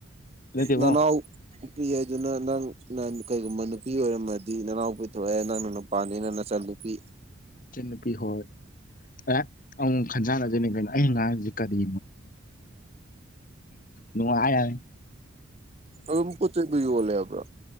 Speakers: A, on the left; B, on the right.
A: ꯅꯠꯇꯦꯕꯣ
B: ꯅꯅꯥꯎꯄꯤ ꯍꯥꯏꯗꯨꯅ ꯅꯪ ꯅꯪ ꯀꯩꯒꯨꯝꯕ ꯅꯨꯄꯤ ꯑꯣꯏꯔꯝꯃꯗꯤ ꯅꯅꯥꯎꯄꯤꯊꯑꯦ ꯅꯪꯅ ꯅꯨꯄꯥꯅꯤ ꯅ ꯅꯆ ꯅꯨꯄꯤ
A: ꯏꯆꯟꯅ ꯅꯨꯄꯤ ꯍꯣꯏ ꯑꯦ ꯑꯃꯨ ꯈꯟꯖꯥꯟꯅꯗꯣꯏꯅꯦ ꯀꯩꯅꯣ ꯑꯩ ꯑꯉꯥꯡ ꯀꯔꯤ ꯅꯨꯡꯉꯥꯏ ꯌꯥꯅꯤ
B: ꯑꯗꯨꯝ ꯄꯣꯠ ꯆꯩꯗꯨ ꯌꯣꯜꯂꯦ ꯍꯥꯏꯕ꯭ꯔꯥ